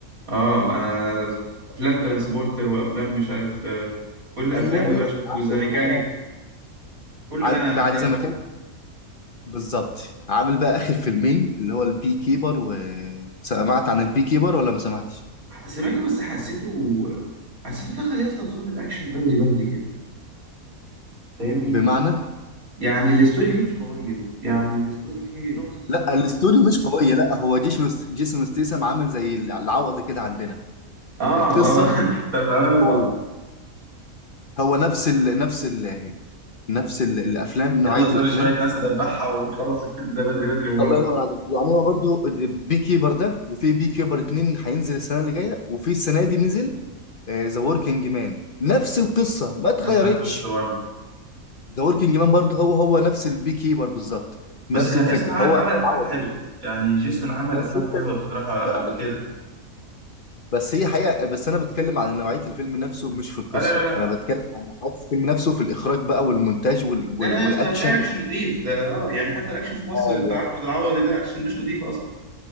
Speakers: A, on the right (about 70°); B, on the left (about 50°).
A: أه أنا أنا أفلام ترانسبورتر وأفلام مش عارف آه، كل أفلامه
B: ايوه ايوه
A: يا باشا والزاميكانيك
B: عندك بقى
A: كل
B: عن-
A: ده انا
B: بعد
A: متابع
B: زي ما كان بالظبط عامل بقى اخر فيلمين اللي هو البي كيبر و سمعت عن البي كيبر ولا ما سمعتش
A: سمعته بس حسيته حسيته دخل يا اسطى في زون الاكشن بدري بدري كده فاهمني
B: بمعنى
A: يعني الاستوري فيه مش قويه يعني الاستوري فيه نقطه الصراع
B: لا الاستوري
A: و...
B: مش قويه لا هو جيسون جيسون ستيسم عامل زي العوض كده عندنا
A: اه
B: القصه
A: اه <laughs> طب بامانه
B: مش قويه
A: صح
B: هو نفس ال... نفس ال... نفس ال... الافلام نوعيه
A: يلا ادوني
B: الافلام
A: شويه ناس ادبحها ونخلص الفيلم ده بدري بدري ونروح
B: الله ينور عليك يعني هو برضو بي كيبر ده وفي بي كيبر اتنين هينزل السنه اللي جايه وفي السنه دي نزل ذا وركينج مان نفس القصه ما اتغيرتش
A: ما سمعتوش ده برضه
B: ذا وركينج مان برضه هو هو نفس البي كيبر بالظبط
A: بس
B: نفس
A: كان
B: الفكره
A: ياسطا عمل
B: هو
A: عمل افلام
B: العوضي
A: حلوه يعني جيسون عمل
B: بس
A: افلام
B: انت
A: حلوه بصراحه
B: آه
A: قبل
B: بقى.
A: كده
B: بس هي حقيقه بس انا بتكلم على نوعيه الفيلم نفسه مش في القصه
A: اه لا لا لا
B: انا بتكلم عن نوعيه الفيلم نفسه في الاخراج بقى والمونتاج وال...
A: لا
B: وال...
A: لا
B: والاكشن
A: يا اسطى هتلاقي اكشن
B: وال...
A: نضيف ده اه يعني حتى الاكشن في مصر
B: ايوه
A: بتاع احمد العوضي ده اكشن مش نضيف اصلا